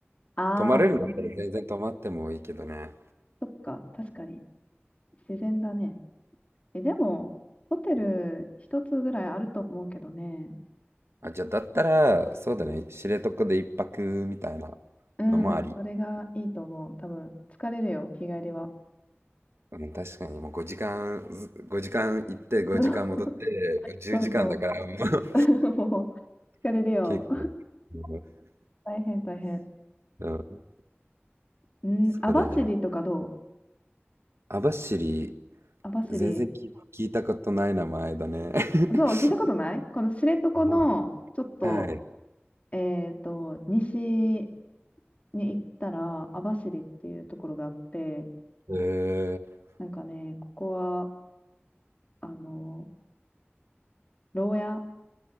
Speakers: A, on the left (about 35°); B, on the right (about 85°).
A: ああ、
B: 泊まれるんだったら全然泊まってもいいけどね
A: そ、そっか、確かに、自然だね。え、でも、ホテル一つぐらいあると思うけどね。
B: あじゃあだったらそうだね知床で一泊みたいな
A: うん、
B: のもあり
A: それがいいと思う。多分、疲れるよ、日帰りは。
B: うん、確かにもう5時間、ず5時間行って5時間戻って、
A: <laughs>
B: もう10時間だからもう
A: そうそう。<laughs> もう、疲れるよ。
B: <laughs> 結構、う
A: 大変、大変。
B: ん、うん
A: うん、
B: そうだね。
A: 網走とかどう
B: 網走、
A: 網走。
B: 全然聞、聞いたことない名前だね。<laughs>
A: そう、聞いたことないこの知床の、
B: うん
A: ちょっと、
B: はい。
A: えっと、西に行ったら、網走っていうところがあって、
B: え
A: なんかね、ここは、あの牢屋、